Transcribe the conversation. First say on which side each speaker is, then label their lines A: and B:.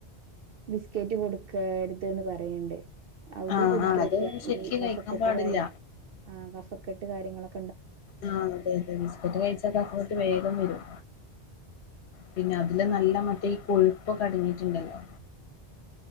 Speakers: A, on the right (about 60°); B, on the left (about 70°).
A: ബിസ്കറ്റ് കൊടുക്കരുത് ന്ന് പറയ്ണ്ട്. അവുടിം
B: ആഹ്
A: കൊടുക്കരുത്
B: ആഹ് അതൊന്നും ശരിക്ക്
A: ഈ കഫക്കെട്ട്
B: കഴിക്കാൻ പാടില്ല
A: കാര്. ആഹ് കഫക്കെട്ട് കാര്യങ്ങളൊ
B: ആഹ് അതെ അതെ ബിസ്ക്കറ്റ് കഴിച്ചക്ക കഫ കെട്ട് വേഗം വരും പിന്നെ അതില് നല്ല മറ്റേ ഈ കൊഴുപ്പ് ഒക്കെ അടങ്ങിട്ടുണ്ടല്ലോ